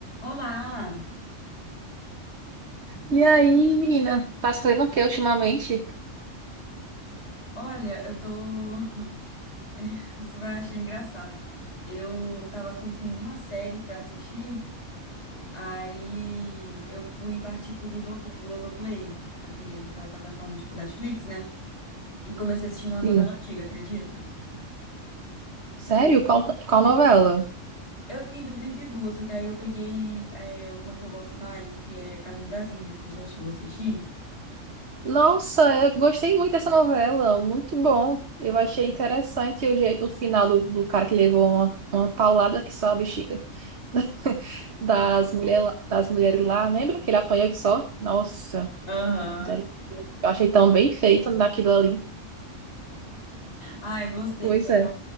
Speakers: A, on the left; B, on the right.
A: Olá!
B: E aí, menina? Tá se fazendo o que ultimamente?
A: Olha, eu tô. <laughs> Você vai achar engraçado. Eu tava sem nenhuma série pra assistir, aí eu fui partir pro Globopl- Globoplay, aquele, aquela plataforma tipo Netflix, né? E comecei a assistir uma
B: Sim.
A: novela antiga, acredita?
B: Sério? Qual, qual novela?
A: Eu fiquei em dúvida entre duas, só que aí eu peguei é, uma que eu gosto mais, que é Caminho das Índias. Você já chegou a assistir?
B: Nossa, eu gostei muito dessa novela. Muito bom. Eu achei interessante o, jeito, o final do, do cara que levou uma, uma paulada que só a bexiga. <laughs> Das, mulher, lá- das mulheres lá. Lembra que ele apanhou que só? Nossa,
A: Aham.
B: misericórdia. eu achei tão bem feito naquilo ali.
A: Ai, gostei,
B: Pois
A: que eu,
B: é.